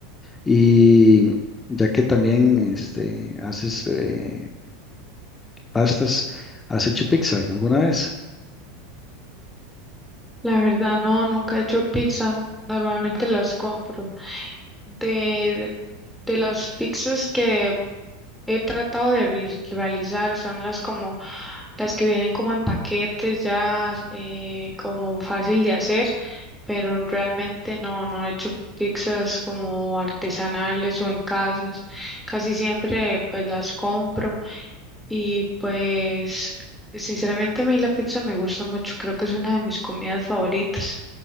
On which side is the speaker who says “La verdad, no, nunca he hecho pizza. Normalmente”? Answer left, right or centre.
Centre